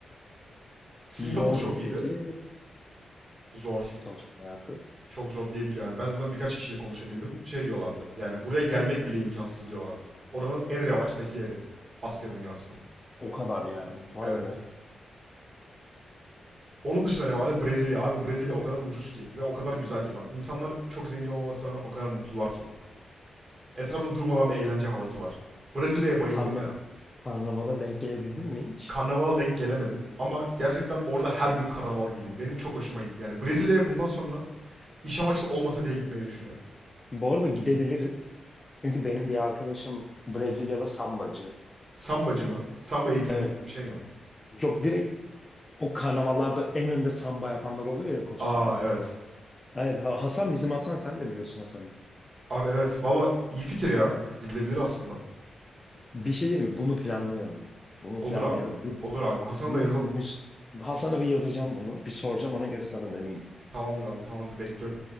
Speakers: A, on the right; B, on the left.
A: Singapur
B: Zor
A: çok
B: mu
A: iyiydi.
B: peki
A: Zor.
B: çalışma hayatı?
A: Çok zor diyebiliyorum. Yani ben zaten birkaç kişiyle konuşabildim. Şey diyorlardı. Yani buraya gelmek bile imkansız diyorlardı. Oranın en revaçtaki yeri. Asya dünyasının.
B: O kadar yani. Vay
A: Evet.
B: be.
A: Onun dışında ne vardı? Brezilya. Abi Brezilya o kadar ucuz ki ve o kadar güzel ki bak. İnsanlar çok zengin olmamasına rağmen o kadar mutlular ki. Etrafta durmadan bir eğlence havası var. Brezilya'ya bayıldım
B: Karna
A: ya.
B: karnavala denk gelebildin mi hiç?
A: Karnaval denk gelemedim. Ama gerçekten orada her gün karnaval gibiydi. Benim çok hoşuma gitti. Yani Brezilya'ya bundan sonra iş amaçlı olmasa bile gitmeyi düşünüyorum.
B: Bu arada gidebiliriz. Çünkü benim bir arkadaşım Brezilya'da sambacı.
A: Sambacı mı? Samba eğitmeni
B: Evet.
A: gibi bir şey mi?
B: Yok direkt o karnavallarda en önde samba yapanlar oluyor ya kostümle.
A: Aa evet.
B: Evet Ha- Hasan bizim Hasan sen de biliyorsun Hasan'ı.
A: Abi evet. Valla iyi fikir ya. Gidilebilir aslında.
B: Bir şey değil mi? Bunu planlayalım. Bunu
A: Olur
B: planlayalım.
A: abi.
B: Bir,
A: Olur abi. Hasan'a
B: bu-
A: da yazalım.
B: bu- Hasan'a bir yazacağım bunu. Bir soracağım ona göre sana döneyim.
A: Tamamdır abi. Tamamdır. Bekliyorum.